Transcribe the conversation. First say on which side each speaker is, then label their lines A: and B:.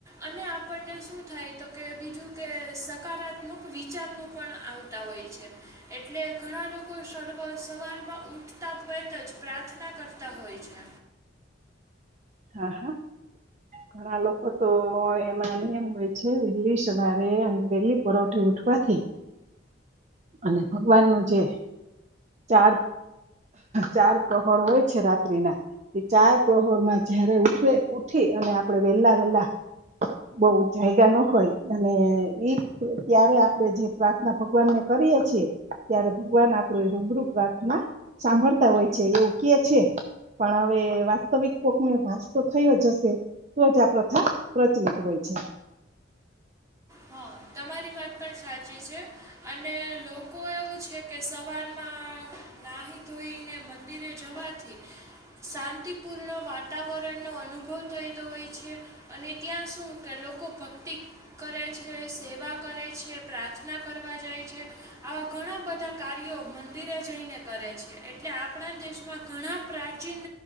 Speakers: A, on the right (about 15°); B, on the right (about 40°).
A: અને આપને શું થાય તો કે બીજું કે સકારાત્મક વિચાર પણ આવતા હોય છે એટલે ઘણા લોકો સર્વ સવારમાં ઉઠતા વતા જ પ્રાર્થના કરતા હોય છે.
B: હા હા ઘણા લોકો તો એમાં એમ હોય છે. વેલી સવારે અને વેલી પરોઠે ઉઠવાથી. અને ભગવાનનું જે ચાર ચાર પ્રહોર હોય છે રાત્રિ ના એ ચાર પ્રહોર માં જયારે ઉઠવે ઉઠી અને આપણેે વેલા વેહેલા બહ જાયગા ન હોય અને ઈ ત્યારે આપણે જે પ્રાર્થના ભગવાન ને કરીએ છેીએ ત્યારે ભગવાન આપણું એ રૂબરૂપ પ્રાર્થના સાંભળતા હોય છે એવું કે છે. પણ હવે વાસ્તવિક કોકને ભાસ તો થયો જ હશે તો જ આ પ્રથા પ્રચલિત હોય છે.
A: હ. તમારી વાત પણ સાચી છે અને લોકો એવું છે કે સવારમાં નાહી ધોઈને મંદિરે જવાથી. શાંતિપૂર્ણ વાતાવરણનોો અનુભવ થઈતો હોય છે અને ત્યાં શું કે લોકો ભક્તિ કરે છે. સેવા કરે છે પ્રાર્થના કરવા જાય છે આવા ઘણા બધા કાર્યો મંદિર જઈને કરે છે. એટલે આપણા દેશમાં ઘણા પ્રાચીન